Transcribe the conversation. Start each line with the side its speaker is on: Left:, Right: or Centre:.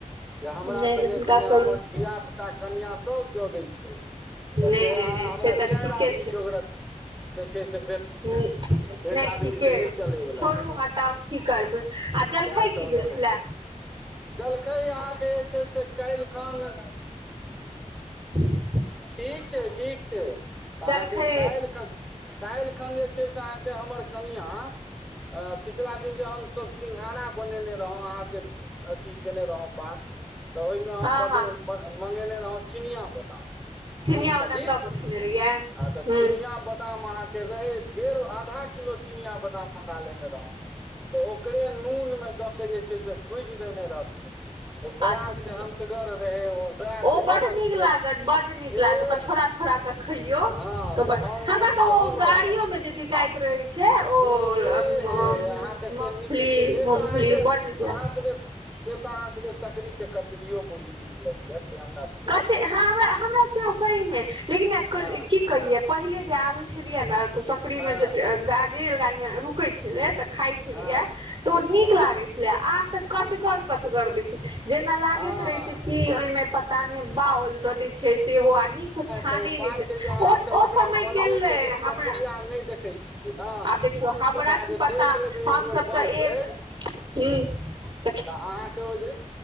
Centre: जे हमरा
Right: नहि
Centre: सङ्गे
Right: नहि हुनका
Centre: - सङ्गे हमर
Right: कहियौ
Centre: धिय पुता कनिआँ सब जोगै छै, तऽ
Right: नहि
Centre: से
Right: नहि
Centre: अहाँ
Right: नहि
Centre: हमरा
Right: से तऽ
Centre: चाइर
Right: ठीके
Centre: आदमी जोगरत जे छै से
Right: ह
Centre: एक
Right: नय
Centre: आदमी
Right: ठीके
Centre: से नहि चलैवला
Right: छोड़ू
Centre: यऽ
Right: हटाउ की करबै आ जलखइ
Centre: सएह
Right: की
Centre: सब
Right: भेल
Centre: लऽ के
Right: छलै
Centre: जलखै अहाँके जे छै, से काल्हिखन
Right: <unintelligible>
Centre: ठीक छै, ठीक छै, अहाँ
Right: जलखै
Centre: के काइल्ह ख कइल्हखन जै छै हमर कनियाँ आ पिछला दिन हमस सिंघारा बनेने रहौ अहाँ से जि केने रहौ बात तऽ, ओइ मे हम
Right: हँ
Centre: ब
Right: हँ
Centre: मंगेने रहौ चिनिया बादाम
Right: चिनिया
Centre: मुमफली
Right: बादाम दऽ कऽ खेने रहियै
Centre: आ त
Right: हूँ
Centre: चिनिया बदाम अहाँ के के रहे ढेर आधा किलो चिनिया बादाम मंगा लेने रहौ। तऽ ओकरे नून मे द के जे छै से भुज रहथिन ओ बड़ा
Right: अच्छा अच्छा
Centre: सेहनतगर रहै ओ राय
Right: ओ
Centre: देने
Right: बड
Centre: रहथिन
Right: नीक लागत
Centre: जे
Right: बड नीक
Centre: एह
Right: लागत ओरा छोरा - छोरा के खैयो
Centre: हँ
Right: तरा
Centre: तऽ हम जे छै
Right: तऽ ओ
Centre: हम
Right: गाड़ियो
Centre: रहौं
Right: में जे बिकाइत रहै छै
Centre: हूं
Right: ओ <unintelligible>
Centre: एह हे अहाँके से
Right: मफली
Centre: नीक से
Right: -मफली
Centre: तऽ अहाँके
Right: बड नीक लाग
Centre: अहाँ सबके से तऽ, अहाँ सबके सकरी के कचरियो मुरही नीक लगैया से हमरा बुझल
Right: कच
Centre: अछि
Right: हँ हमराँ सहीमे लेकिन
Centre: हँ
Right: की कहियै पहिले जे आबै छलियै ने तऽ, सकरी
Centre: हँ
Right: मे जे गाड़ी रेल रुकै छलै तऽ, खाइ छलियै
Centre: हँ
Right: तऽ ओ
Centre: हँ
Right: नीक लागैत छलै, आब तऽ कचगर
Centre: हँ
Right: -कचगर दै छै, जेना लागैत
Centre: हँ
Right: रहे छै,
Centre: नहि
Right: कि ओइ मे तानी बाओल द छै सेहो आ नीक सँ छानै
Centre: तऽ ओ बात
Right: नहि छै
Centre: जे अहाँसभ
Right: ओ -ओ
Centre: ओकरा
Right: समय
Centre: बनबयके
Right: गेलइ
Centre: जे प्रक्रिया
Right: हमरा
Centre: नहि देखै छियै ने
Right: आब देखियौ हमरा
Centre: ओकरा
Right: की
Centre: जे
Right: पता
Centre: देख लेबै
Right: हमस
Centre: एक बेर बनबै
Right: तऽ, एक हुं
Centre: तऽ अहाँके ओ जे